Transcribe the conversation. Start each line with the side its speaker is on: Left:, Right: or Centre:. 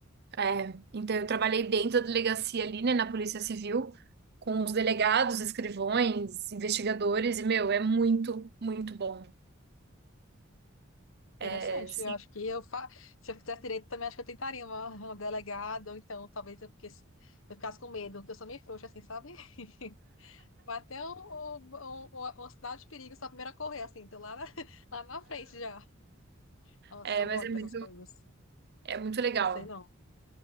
Right: É, então, eu trabalhei dentro da delegacia ali, né, na Polícia Civil, com os delegados, escrivões, investigadores, e, meu, é muito, muito bom.
Left: interessante.
Right: É, sim.
Left: Eu acho que eu fa... se eu fizesse direito também, acho que eu tentaria uma, uma delegada, ou então talvez eu, fiquesse- eu ficasse com medo, porque eu sou meio frouxa, assim, sabe? <laughs> Bateu o, o, o, o sinal de perigo, sou a primeira a correr, assim, tô lá na, <laughs> lá na frente já. Nossa,
Right: É,
Left: sou
Right: mas
Left: mole
Right: é
Left: pra
Right: muito,
Left: essas coisas.
Right: é muito legal.
Left: Não sei não.